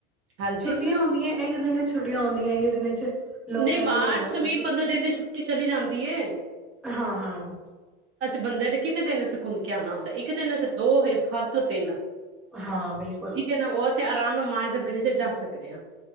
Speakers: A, on the right; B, in the centre.
A: ਹਾਂਜੀ
B: ਛੁੱਟ ਹੁੰਦੀਆਂ ਇਹੀ ਦਿਨ ਛੁੱੀਆਂ ਆਉਦੀਆਂ ਦਿਨਾਂ ਚ ਲੋਕ
A: ਨਹੀਂ
B: ਕਹਿੰਦੇ
A: ਮਾਰਚ
B: ਨੇ ਘੁੰਮਣ ਵਾਸਤੇ
A: ਵੀਹ ਪੰਦਰਾਂ ਦਿਨ ਦੀ ਛੁੱਟੀ ਚਲੀ ਜਾਂਦੀ ਦੀਏ
B: ਹਾਂ, ਹਾਂ
A: ਬੰਦੇ ਨੇ ਕਿੰਨੇ ਦਿਨਸੀਂ ਘੁੰਮ ਕੇ ਆਉਣਾ ਹੁੰਦਾ ਇੱਕ ਦਿਨ ਅਸੀਂ ਦੋ ਹੱਥ ਤਿੰਨ
B: ਹਾਂ ਬਿਲਕੁਲ
A: ਠੀਕ ਹੈ ਨਾ ਉਹ ਆਰਾਮ ਨਾਲ ਮਾਰੇ ਬਣੀ ਜੱਥੇ ਜਾ ਸਕਦੇ ਹਾਂ